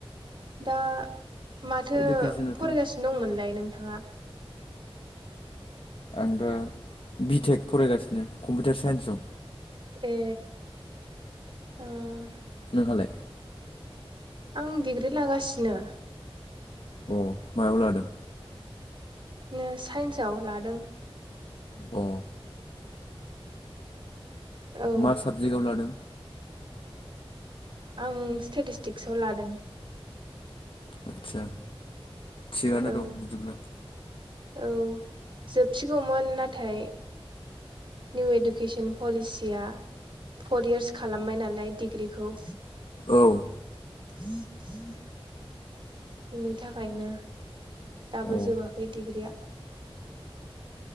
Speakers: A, on the right (about 55°); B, on the left (about 60°).
A: दा माथो
B: इडुकेसनाथ'
A: फरायगासिनो दंमोनलाय नोंथाङा?
B: आं दा बिटेक फरायगासिनो कम्पिउटार साइन्सआव।
A: ए ओं
B: नोंहालाय?
A: आं डिग्रि लागासिनो।
B: अ मायाव लादों?
A: नो साइन्सआव लादों।
B: अ।
A: औ
B: मा साबजेक्टआव लादों?
A: आं स्टेटिस्टिक्सआव लादों।
B: आदसा थिगानो
A: औ
B: दं बिदिब्ला।
A: औ जोबसिगौमोन नाथाय निउ इडुकेसन पलिसिया फर इयार्स खालामबाय नालाय डिग्रिखौ
B: औ।
A: <inaudible> इनि थाखायनो दाबो
B: औ
A: जोबाखै डिग्रिया